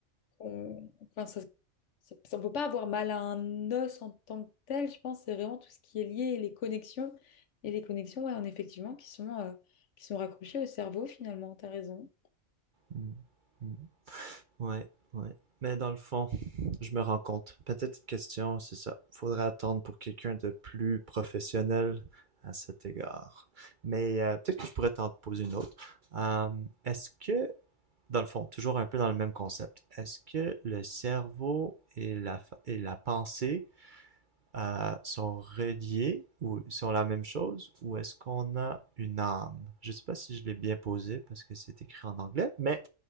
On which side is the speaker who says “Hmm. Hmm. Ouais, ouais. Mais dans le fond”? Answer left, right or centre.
Right